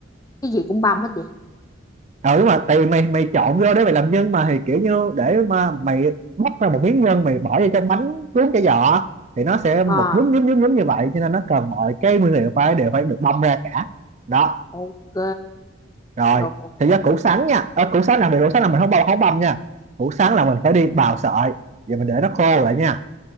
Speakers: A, on the left; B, on the right.
A: cái gì cũng băm hết vậy
B: ừ đúng rồi tại vì mày mày trộn vô để mày làm nhân mà thì kiểu như để mà mày bóc ra một miếng nhân mày bỏ vô trong bánh cuốn cái giò thì nó sẽ
A: Ờ
B: một nhúm nhúm nhúm nhúm như vậy cho nên nó cần mọi cái nguyên liệu phải đều phải được băm ra cả đó
A: ok
B: rồi
A: được
B: thì ra củ sắn nha à, củ sắn làm việc củ sắn là mình không băm không băm nha củ sắn là mình phải đi bào sợi vậy mình để nó khô lại nha